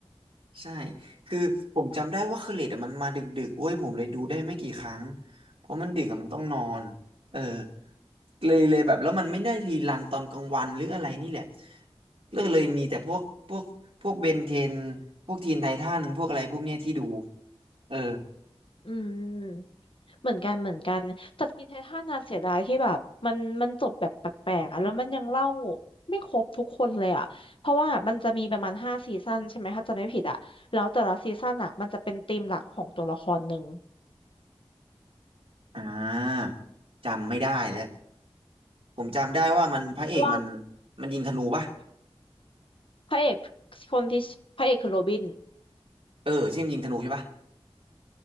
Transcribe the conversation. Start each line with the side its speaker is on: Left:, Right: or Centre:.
Right: ใช่คือผมจำได้ว่าคือเลดอ่ะมันมาดึกๆเว้ยผมเลยดูได้ไม่กี่ครั้งเพราะมันดึกอะมันต้องนอนเออเลยเลยแบบแล้วมันไม่ได้รีรันตอนกลางวันหรืออะไรนี่แหละเลิกเลยมีแต่พวกพวกพวกเบนเทนพวกทีนไททันพวกอะไรพวกเนี้ยที่ดูเออ
Left: อืม เหมือนกันเหมือนกันแต่ทีเททันน่เสียดายที่แบบมันมันจบแบบแปลกๆอะแล้วมันยังเล่าไม่ครบทุกคนเลยอ่ะเพราะว่ามันจะมีประมาณห้าซีซั่นใช่ไหมถ้าจะไม่ผิดอ่ะแล้วแต่ละซีซั่นอ่ะมันจะเป็นธีมหลักของตัวละครหนึ่ง
Right: อ่าจำไม่ได้แล้วผมจำได้ว่ามันพระเอกมัน
Left: เพราะว่า
Right: มันยิงธนูปะ
Left: พระเอกคนที่พระเอกคือโรบิน
Right: เออใช่มันยิงธนูใช่ปะ